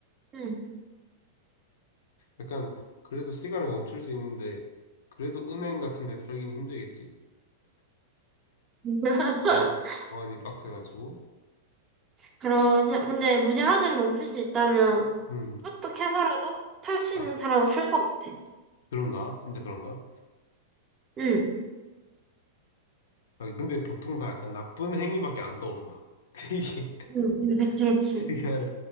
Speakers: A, on the right; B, on the left.
A: 응.
B: 약간 그래도 시간을 멈출 수 있는데 그래도 은행 같은 데 털기는 힘들겠지.
A: <laughs>
B: 음, 보안이 빡세가지고.
A: 그러지, 근데 무제한으로 멈출 수 있다면,
B: 음.
A: 어떻게 해서라도 탈 수
B: 아,
A: 있는 사람은 탈 것 같아.
B: 그런가? 진짜 그런가?
A: 응,
B: 아, 근데 보통 다 약간 나쁜 행위밖에 안 떠오른다. <laughs>
A: 응, 응, 그치, 그치.
B: 되게 시간을